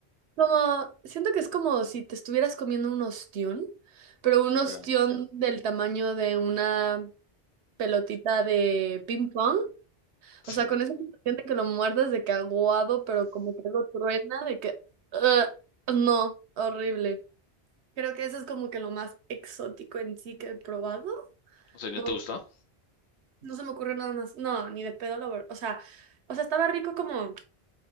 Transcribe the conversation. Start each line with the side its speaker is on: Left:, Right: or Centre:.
Right: como, siento que es como si te estuvieras comiendo un ostión, pero un ostión
Left: Ya.
Right: del tamaño de una pelotita de ping pong.
Left: Sí.
Right: O sea, con esa sensación de que lo muerdes de caguado, pero como que lo truena, de que... "Ugh, no, horrible. Creo que eso es como que lo más exótico en sí que he probado.
Left: O sea, ¿y ¿no
Right: No,
Left: te gustó?
Right: no se me ocurre nada más. No, ni de pedo lo... vol- O sea, o sea, estaba rico como,